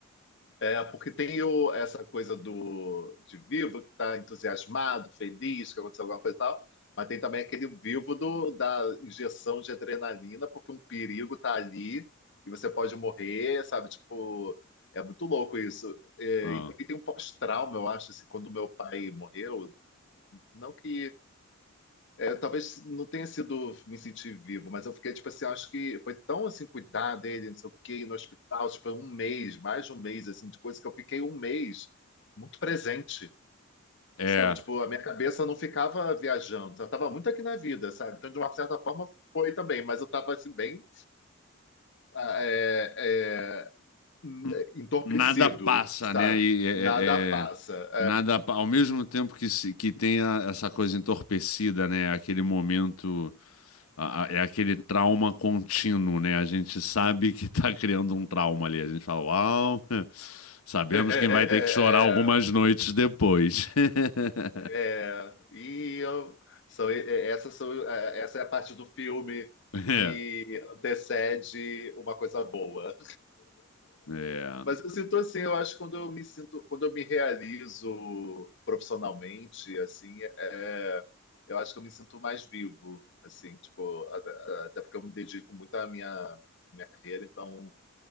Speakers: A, on the left (about 55°); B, on the left (about 80°).
A: É, porque tem o, essa coisa do de vivo que está entusiasmado, feliz, que aconteceu alguma coisa e tal, mas tem também aquele vivo do, da injeção de adrenalina, porque um perigo está ali e você pode morrer, sabe? Tipo, é muito louco isso. É,
B: Ah,
A: e também tem um pós-trauma, eu acho, assim, quando meu pai morreu, não que é, talvez não tenha sido me sentir vivo, mas eu fiquei, tipo assim, acho que foi tão, assim, cuidar dele, não sei o quê, no hospital, tipo, um mês, mais de um mês, assim, de coisa que eu fiquei um mês muito presente,
B: é,
A: sabe? Tipo, a minha cabeça não ficava viajando, sabe? eu tava muito aqui na vida, sabe? Então, de uma certa forma, foi também, mas eu tava, assim, bem ah, é, é, en-
B: n-
A: é, entorpecido,
B: nada passa,
A: sabe?
B: né? E é, é-
A: Nada passa,
B: é- nada, pa- ao mesmo tempo que se- que tem a- essa coisa entorpecida, né? Aquele momento a- a- é aquele trauma contínuo, né? A gente sabe que tá criando um trauma ali. A gente fala, uau, <laughs> sabemos
A: é.
B: quem vai ter que chorar algumas
A: <laughs>
B: noites depois. <laughs>
A: É, e eu- são, e- e- essas são, é, essa é a parte do filme
B: É,
A: que antecede uma coisa boa.
B: é.
A: Mas eu sinto assim, eu acho que quando eu me sinto, quando eu me realizo profissionalmente, assim, é, eu acho que eu me sinto mais vivo, assim, tipo, a- a- até porque eu me dedico muito à minha, à minha carreira, então